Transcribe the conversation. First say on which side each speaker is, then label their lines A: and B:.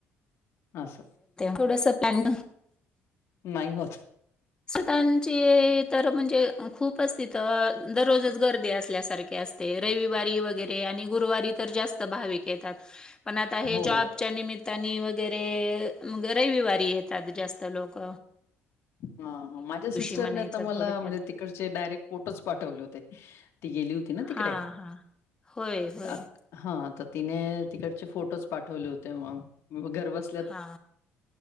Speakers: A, on the left; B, on the left.
A: आस.
B: थोडंसं प्लॅन
A: नाही होत.
B: स्वतःंची तर म्हणजे अ खूप तिथ अ दररोजच गर्दी असल्यासारखी असते. ते रविवारी वगैरे आणि गुरुवारी तर जास्त भाविक येतात. पण आता हे
A: हो.
B: जॉबच्या निमित तानी वगैरे मग रविवारी येतात जास्त लोक
A: हा, माझ्या सिस्टरने
B: म्हणायचं
A: तर मला
B: थोडक्यात.
A: म्हणजे तिकडचे डायरेक्ट फोटोच पाठवले होते. ती गेली होती ना तिकडे.
B: हां, हां. होय होय.
A: ताक हां, तर तिने तिकडचे फोटोज पाठवले होते मग घर बस
B: हा,